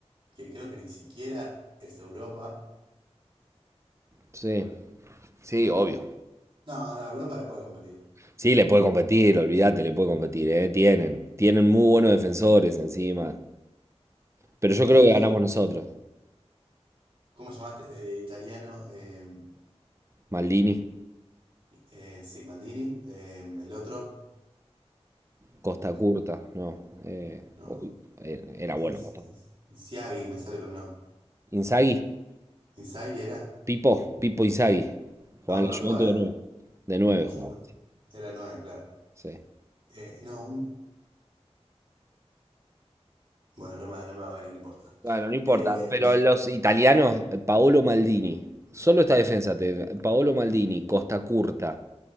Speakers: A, on the right; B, on the right.
A: que creo que ni siquiera es Europa.
B: Sí, sí, obvio.
A: No, no, Europa le puede competir.
B: Sí, le puede competir, olvídate, le puede competir, ¿eh? Tienen, tienen muy buenos defensores encima. Pero yo
A: Maldini,
B: creo que ganamos nosotros.
A: ¿cómo llamaste? Eh, italiano. eh,
B: Maldini,
A: eh, sí, Maldini. eh, el otro.
B: Costa
A: co-
B: Curta, no. eh,
A: No.
B: uy, eh, era bueno
A: Ins-
B: Costa Curta.
A: Ins- Insiagi me sale, pero no.
B: Inzaghi,
A: ¿Insiagi era?
B: Pipo, Pipo Inzaghi. Jugaban
A: No, pero
B: en la
A: no
B: Juventus
A: jugaba.
B: de nueve. De nueve
A: Ju-
B: jugaban.
A: Era nueve, claro.
B: Sí.
A: Eh, no, un- bueno, no me, no me va a venir, no importa.
B: Bueno, no importa.
A: Eh,
B: Pero los italianos, eh, Paolo Maldini. Solo esta defensa, te- Paolo Maldini, Costa Curta,